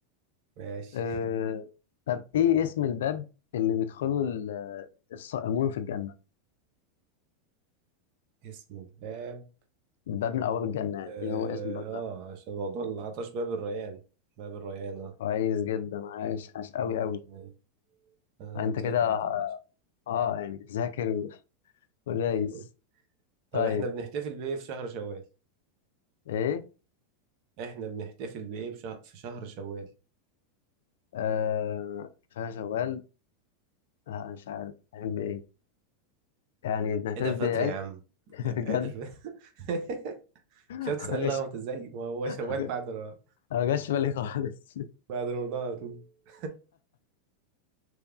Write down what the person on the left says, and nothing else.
آه طب ايه اسم الباب اللي بيدخله ال- الصائمون في الجنه
الباب من ابواب الجنه يعني
ايه هو اسم الباب
ده
كويس جدا عايش عايش قوي قوي
انت
كده
اه يعني ذاكر و- <laughs> ودايس
طيب
ايه
آه كفايه شوال لا مش عارف هنعمل بايه يعني نعتبر
بجد
<laughs>
بجد
<laughs>
أنا ما جاش في بالي خالص <laughs>